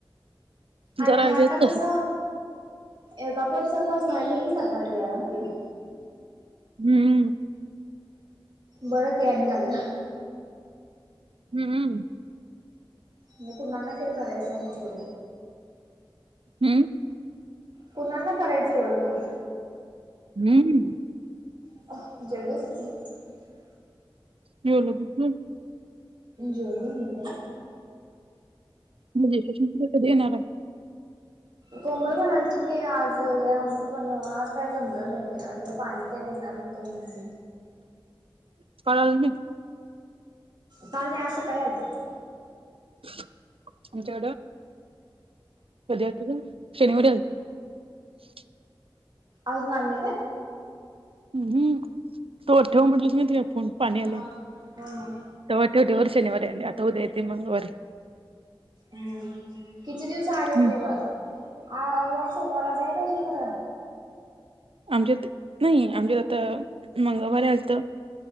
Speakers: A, on the right; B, on the right.
A: आणि
B: जरा हे
A: आता
B: कसं
A: कस एका पर्सन लाच व्हायला हि सात आठ वेळा हनी.
B: हम्म
A: बरं ते आणी झालं
B: हुम्म
A: म कुणाला कीळ सांग की
B: हम्म.
A: पुणाना करायचं एवढं मग.
B: हम्म
A: <unintelligible>
B: हम् हम्
A: जेवलो मी पन.
B: <inaudible> कधी येणार आहे.
A: कोमल म्हणालती की आज पण जाऊया पन आज काय जमल नाही आज पाणी का नेणार येतो म्हणून
B: <unintelligible> कॉल आला नाही
A: काल नाही आज सकाळी आलत.
B: <unintelligible> कधी आलत गं शनिवारी आलत.
A: आजुन आल नाही काय.
B: ह हम् तो ठेव म्हटली स पण पाणी
A: हा
B: आले
A: हा. हा हा
B: तवाच्या शनिवारी आलय आता उद्या येते मग रवीवारी
A: हम किती दिवस आड येते
B: हम्म
A: ग. आज वार सोमवार आज यायला पाहीजे की खर.
B: आमच्यात न ईआमच्यात आता मंगळवारी आलत